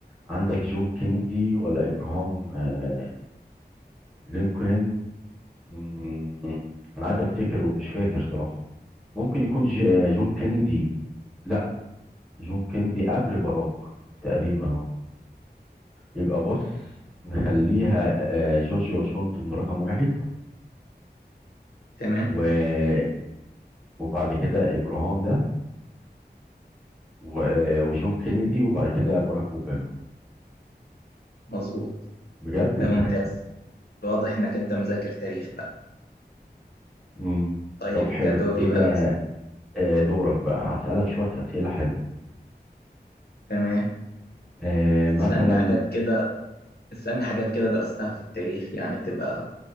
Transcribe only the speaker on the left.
تمام
مظبوط
ده ممتاز واضح إنك أنت مذاكر تاريخ بقى
طيب
كدوري
بقى
تمام
اسألني حاجات كده اسألني حاجات كده درستها في التاريخ يعني تبقى